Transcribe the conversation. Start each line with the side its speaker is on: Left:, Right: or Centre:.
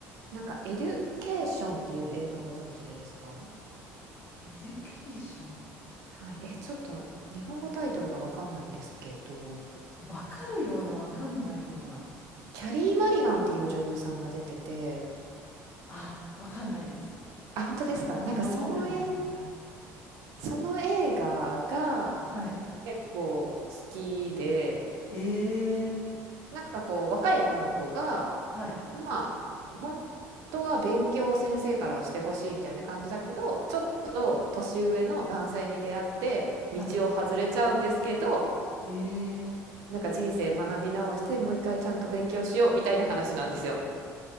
Right: なんか、エデュケーションっていう映画ご存知ですか
Left: エデュケーション。
Right: はい、え、ちょっと日本語タイトルがわかんないんですけど、
Left: わかるような、わかんないような。
Right: キャリー・マリガンっていう女優さんが出てて、
Left: あ、わかんないです。
Right: あ、本当ですか。
Left: 私の思ってたやつじゃなかった。
Right: なんかその絵、その映画が
Left: はい。
Right: 結構好きで、
Left: へえ、
Right: なんかこう若い女の子が、
Left: はい、
Right: まあ本当は勉強を先生からはしてほしいみたいな感じだけど、ちょっと年上の男性に出会って道を外れちゃうんですけど、
Left: はい。へえ、
Right: なんか人生学び直してもう一回ちゃんと勉強しようみたいな話なんですよ。